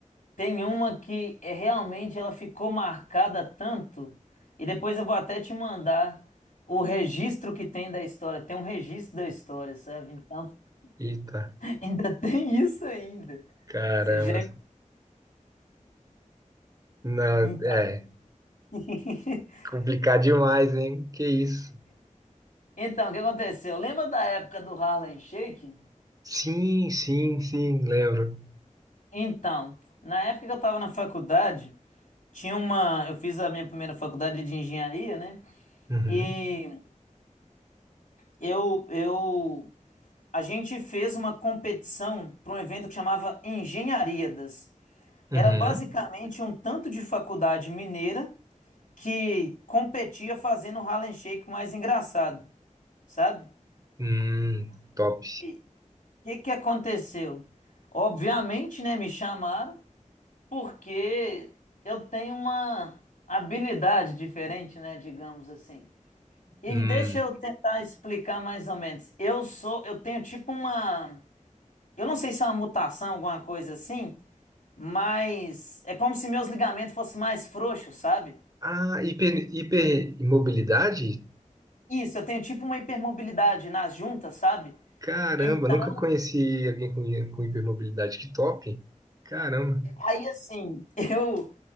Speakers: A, on the left; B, on the right.
A: tem uma que é realmente ela ficou marcada tanto, e depois eu vou até te mandar o registro que tem da história, tem um registro da história, sabe? Então,
B: Eita,
A: <laughs> ainda tem isso ainda.
B: caramba.
A: Você já
B: Não,
A: imagina. Então,
B: é
A: <laughs>
B: complicado demais, hein? Que isso?
A: Então, o que aconteceu? Lembra da época do Harlem Shake?
B: Sim, sim, sim, lembro.
A: Então, na época que eu estava na faculdade, Tinha uma. Eu fiz a minha primeira faculdade de engenharia, né?
B: Uhum.
A: E eu, eu, a gente fez uma competição para um evento que chamava Engenhariadas. Era
B: Uhum.
A: basicamente um tanto de faculdade mineira que competia fazendo o Harlem Shake mais engraçado, sabe?
B: Hum, top.
A: Aí, o que que aconteceu? Obviamente, né, me chamaram porque eu tenho uma habilidade diferente, né, digamos assim. E
B: Hum.
A: deixa eu tentar explicar mais ou menos. Eu sou, eu tenho tipo uma, eu não sei se é uma mutação, alguma coisa assim, mas é como se meus ligamentos fossem mais frouxos, sabe?
B: Ah, hiper, hipermobilidade?
A: Isso, eu tenho tipo uma hipermobilidade nas juntas, sabe?
B: Caramba,
A: Então,
B: nunca conheci alguém com, hi- com hipermobilidade. Que top. Caramba.
A: aí assim, <laughs> eu